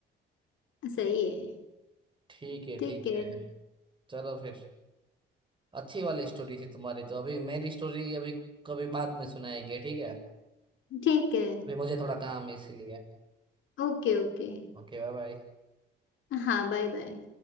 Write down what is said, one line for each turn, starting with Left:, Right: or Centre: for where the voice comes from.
Left: सही है
Right: ठीक है
Left: ठीक
Right: ठीक
Left: है
Right: है चलो फिर अच्छी वाली स्टोरी थी तुम्हारी तो अभी मेरी स्टोरी अभी कभी बाद में सुनाएंगे ठीक है
Left: ठीक है
Right: अभी मुझे थोड़ा काम है इसलिए
Left: Okay okay
Right: Okay bye bye
Left: हाँ बाय बाय